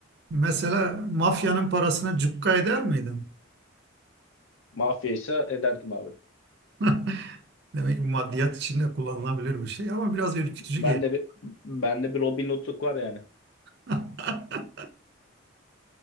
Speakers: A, on the right (about 50°); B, on the left (about 70°).
A: mesela mafyanın parasını cukka eder miydin?
B: Mafya ise ederdim abi.
A: <laughs> Demek ki maddiyat içinde kullanılabilir bir şey ama biraz ürkütücü
B: Ben
A: geliyor.
B: de bir, ben de bir Robin Hood'luk var yani.
A: <laughs>